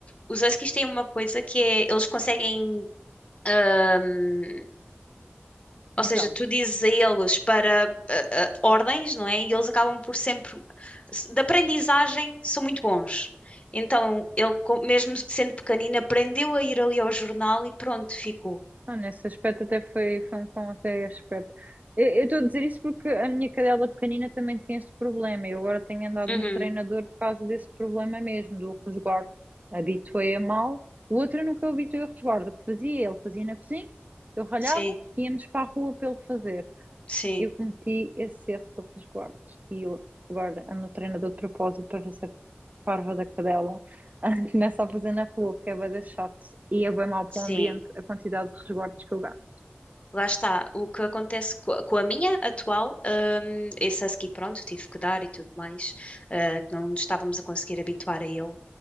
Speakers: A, on the left; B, on the right.
A: os huskies têm uma coisa que é, eles conseguem hum, ou
B: Então.
A: seja, tu dizes a eles para ah, ah, ordens, não é? E eles acabam por sempre, de aprendizagem, são muito bons. Então, ele, com- mesmo sendo pequenino, aprendeu a ir ali ao jornal e pronto, ficou.
B: Ah, nesse aspecto até foi, foi um cão até esperto. Eu eu estou a dizer isso porque a minha cadela pequenina também tem esse problema. Eu agora tenho andado
A: Uhum.
B: no treinador por causa desse problema mesmo, do resguardo. Habituei-a mal. O outro eu nunca o habituei ao resguardo. O que fazia? Ele fazia na cozinha, eu ralhava,
A: Sim,
B: íamos para a rua para ele fazer
A: sim,
B: eu cometi esse erro do resguardos e eu agora ando treinador de propósito para ver se a parva da cadela <laughs> começa a fazer na rua, porque é bué da chato e é bem mau para
A: sim.
B: o ambiente a quantidade de resguardos que eu gasto.
A: Lá está. O que acontece co- com a minha atual, hum, esse husky, pronto, tive que dar e tudo mais, ah, que não nos estávamos a conseguir habituar a ele.